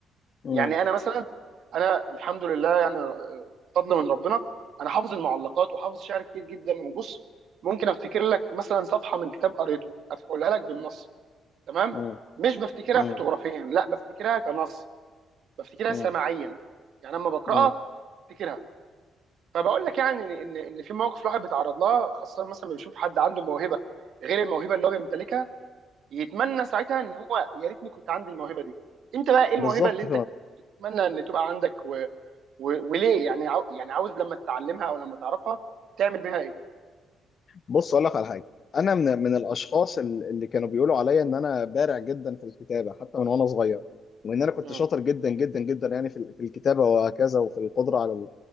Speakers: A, on the left; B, on the right.
A: مم.
B: يعني انا مثلا انا الحمد لله يعني آه، فضل من ربنا انا حافظ المعلقات وحافظ شعر كتير جدا وبص ممكن افتكر لك مثلا صفحه من كتاب قريته اقولها لك بالنص تمام
A: مم.
B: مش بفتكرها
A: مم.
B: فوتوغرافيا لا بفتكرها كنص بفتكرها
A: مم.
B: سماعيا يعني لما بقراها
A: مم.
B: بفتكرها فبقول لك يعني ان ان في مواقف الواحد بيتعرض لها خاصه مثلا بيشوف حد عنده موهبه غير الموهبه اللي هو بيمتلكها يتمنى ساعتها ان هو يا ريتني كنت عندي الموهبه دي انت بقى ايه الموهبه
A: بالظبط
B: اللي انت تتمنى ان تبقى عندك و- وليه يعني عاو... يعني عاوز لما تتعلمها او لما تعرفها تعمل بيها ايه
A: بص اقول لك على حاجه انا من من الاشخاص ال- اللي كانوا بيقولوا عليا ان انا بارع جدا في الكتابه حتى من وانا صغير وان انا كنت
B: مم.
A: شاطر جدا جدا جدا يعني في ال- في الكتابه وهكذا وفي القدره على ال-